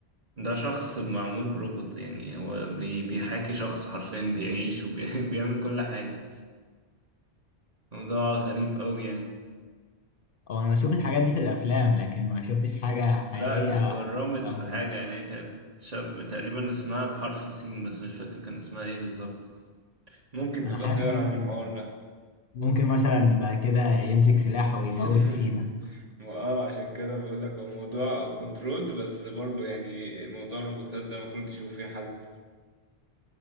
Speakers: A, on the right; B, on the left.
A: ده شخص معمول بروبوت يعني هو بي بيحاكي شخص حرفيا بيعيش وبيعمل <laughs> كل حاجه موضوع غريب قوي يعني
B: او انا بشوف الحاجات دي في الافلام لكن ما شفتش حاجه حقيقيه
A: لا دي اتكرمت
B: عموماً.
A: في حاجه يعني هي كانت شاب تقريبا اسمها بحرف السين بس مش فاكر كان اسمها ايه بالظبط ممكن تبقى
B: انا حاسس
A: تقرا
B: ممكن
A: عن الحوار ده
B: ممكن مثلا بعد كده يمسك سلاح ويموت
A: <laughs>
B: فينا
A: ما اه عشان كده بقول لك هو موضوع كنترولد بس برضه يعني موضوع الروبوتات ده المفروض يشوف فيه حل